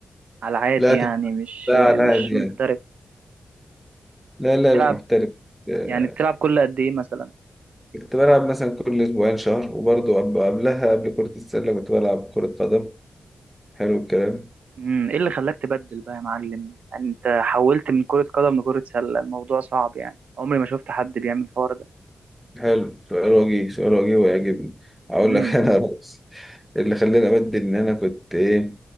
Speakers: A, on the right; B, in the centre.
A: على عادي
B: لا
A: يعني
B: تف-
A: مش
B: لا لا
A: مش
B: دي
A: محترف
B: يعني لا لا
A: بتلعب
B: مش محترف آه،
A: يعني بتلعب كل قد ايه مثلا
B: كنت بلعب مثلا كل أسبوعين شهر وبرضه قبل- قبلها قبل كرة السلة كنت بلعب كرة قدم حلو الكلام
A: امم ايه اللي خلاك تبدل بقى يا معلم يعني انت حولت من كرة قدم لكرة سلة الموضوع صعب يعني عمري ما شفت حد بيعمل الحوار ده
B: حلو سؤال وجيه سؤال وجيه ويعجبني أقول
A: امم
B: لك <laughs> أنا رأس اللي خلاني أبدل إن أنا كنت إيه